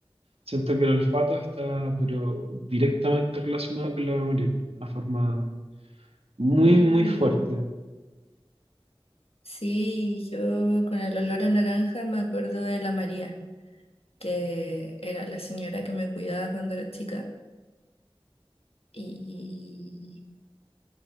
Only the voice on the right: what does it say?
Siento que el olfato está, pero directamente relacionado con la memoria, pero de una forma muy,
muy fuerte.